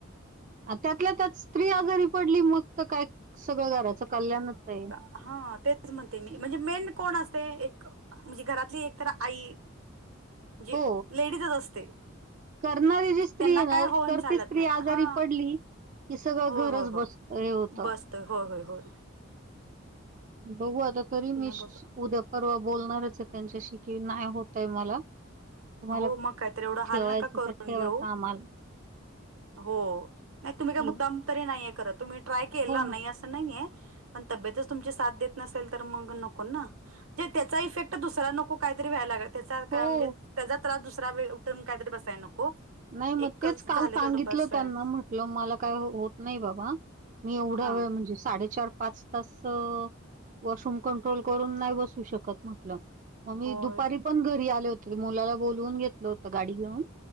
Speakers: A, on the right (about 40°); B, on the right (about 85°).
A: त्यांतल्या त्यांत स्त्री आजांरी पडली मंग तरं कायं सगळं घराचं कल्यांणच आहे
B: हां तेचं म्हणते मी म्हणजे मेन कोणं असतें एक म्हणजे, घरातली एक तर आई. म्हणजे,
A: हो
B: लेडीजच असते.
A: करणारी जी स्त्रीय
B: त्यांना
A: न.
B: काय होऊन
A: तर
B: चालत
A: ती स्त्री
B: नाहीत
A: आजारी
B: हा
A: पडली कि, सगळं
B: होय
A: घरच
B: होय होय
A: बस, हे होतं.
B: बसतोय होय, होय, होय.
A: बघू आता तरी मी,
B: नाही
A: श
B: बाबा
A: उद्या- परवा बोलणारचय, त्यांच्याशी की, नाही होतय मला. तुम्हाला
B: हो, मग. काय तर. एवढं
A: ठेवायचं
B: हाल नका करून
A: तर ठेवा
B: घेऊ.
A: कामाला
B: हो. नाही तुम्ही,
A: आधी
B: काय मुद्दाम तरी नाहीये करत. तुम्ही ट्राय केला.
A: हो
B: नाही
A: ना
B: अस नाहीेय. पण तबेतच तुमची साथ देत नसेल, तर मग न को, ना. त्याचा इफेक्ट दुसरा नको. काहीतरी व्हायला, लाग त्या
A: हो
B: म्हणजे त्याचा त्रास दुसरा <unintelligible> काहीतरी बसायला नको.
A: नाही, मग
B: एकच
A: तेच काल
B: झाले
A: सांगितलं
B: तेवढं बस
A: त्यांना.
B: आहे
A: म्हटलं मला काय, होत नाही बाबा. मी एवढा
B: हा
A: वेळ म्हणजे, साडेचार पाच तास, वॉशरूम कंट्रोल करून, नाही बसू शकत म्हटलं. मग मी
B: होय
A: दुपारी पण घरी आले होते. मुलाला बोलवून घेतलं होतं, गाडी घेऊन.